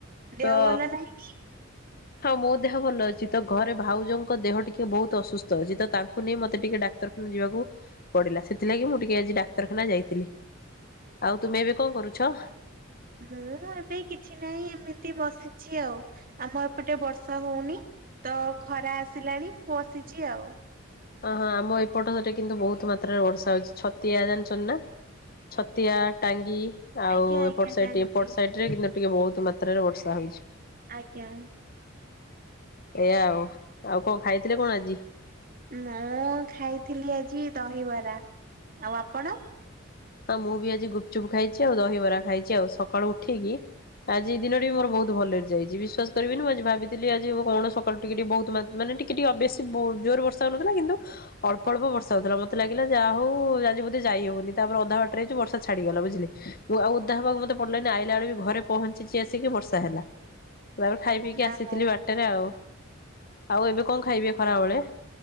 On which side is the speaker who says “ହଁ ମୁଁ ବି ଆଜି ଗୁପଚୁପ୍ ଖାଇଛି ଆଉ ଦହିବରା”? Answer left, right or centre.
Left